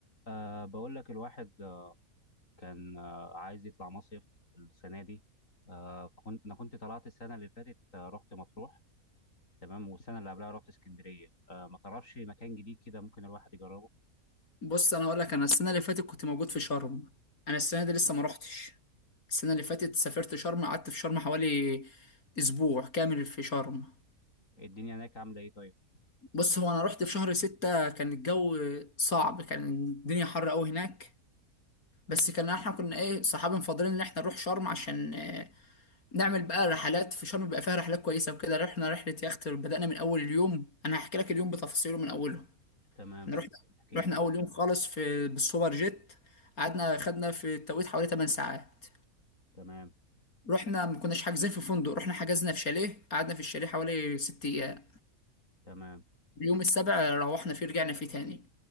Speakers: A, on the left; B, on the left.
A: أه بقول لك الواحد آه، كان آه، عايز يطلع مصيف السنة دي أه فكنت أنا كنت طلعت السنة اللي فاتت آه، رحت مطروح تمام والسنة اللي قبلها رحت اسكندرية أه ما تعرفش مكان جديد كده ممكن الواحد يجربه
B: بص انا اقول لك انا السنه اللي فاتت كنت موجود في شرم انا السنه دي لسه ما روحتش السنه اللي فاتت سافرت شرم قعدت في شرم حوالي اسبوع كامل في شرم
A: الدنيا هناك عاملة إيه طيب
B: بص هو انا رحت في شهر ستة كان الجو صعب كان الدنيا حر قوي هناك بس كان احنا كنا ايه صحابي مفضلين ان احنا نروح شرم عشان آه، نعمل بقى رحلات في شرم بيبقى فيها رحلات كويسه وكده رحنا رحله يخت بدأنا من اول اليوم انا هحكي لك اليوم بتفاصيله من اوله
A: تمام
B: احنا رحنا
A: احكي
B: رحنا
A: لي
B: اول يوم خالص في بالسوبر جيت قعدنا خدنا في التوقيت حوالي 8 ساعات
A: تمام
B: رحنا ما كناش حاجزين في فندق رحنا حجزنا في شاليه قعدنا في الشاليه حوالي 6 ايام
A: تمام
B: اليوم السابع روحنا فيه رجعنا فيه تاني